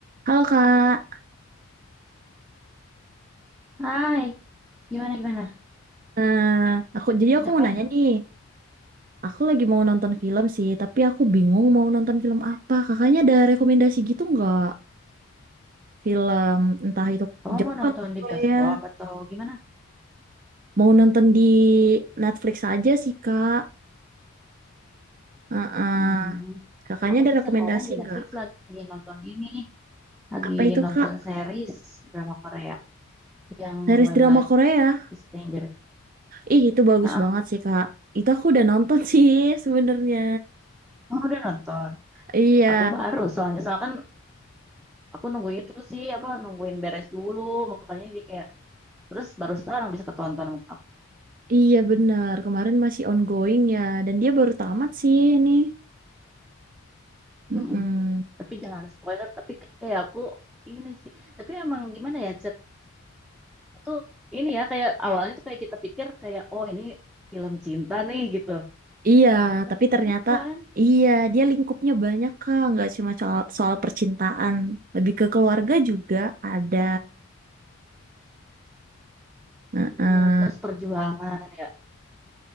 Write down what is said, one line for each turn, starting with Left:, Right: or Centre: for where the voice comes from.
Right: Halo Kak,
Centre: Hai, gimana gimana?
Right: Eh, aku jadi
Centre: Lagi
Right: aku
Centre: ngapain
Right: mau nanya
Centre: nih?
Right: nih. Aku lagi mau nonton film sih, tapi aku bingung mau nonton film apa. Kakaknya ada rekomendasi gitu nggak? Film entah itu
Centre: Kamu
Right: Jepang,
Centre: mau nonton di
Right: Korea.
Centre: bioskop atau gimana?
Right: Mau nonton di Netflix aja sih Kak. Heeh.
Centre: Hmm,
Right: Kakaknya
Centre: aku
Right: ada
Centre: sih
Right: rekomendasi
Centre: sekarang di Netflix
Right: nggak?
Centre: lagi nonton ini, lagi
Right: Apa itu
Centre: nonton
Right: Kak?
Centre: series drama Korea yang
Right: Series
Centre: When
Right: drama
Centre: Life
Right: Korea.
Centre: is Stranger.
Right: Ih, itu bagus
Centre: Ah,
Right: banget sih Kak. Itu aku udah nonton <laughs> sih sebenarnya.
Centre: kamu udah nonton?
Right: Iya.
Centre: Aku baru soalnya soalnya kan aku nunggu itu sih apa nungguin beres dulu makanya jadi kayak terus baru sekarang bisa ketonton sama aku.
Right: Iya benar, kemarin masih ongoing ya, dan dia baru tamat sih ini. Mm-mm.
Centre: Mm-mm. Tapi jangan spoiler, tapi kayak aku ini sih. Tapi emang gimana ya tuh ini ya kayak awalnya tuh kayak kita pikir kayak oh ini film cinta nih gitu.
Right: Iya,
Centre: Eh ternyata
Right: tapi ternyata
Centre: bukan.
Right: iya dia lingkupnya banyak kak, nggak cuma soal, soal percintaan, lebih ke keluarga juga ada Heeh,
Centre: Iya, terus perjuangan ya.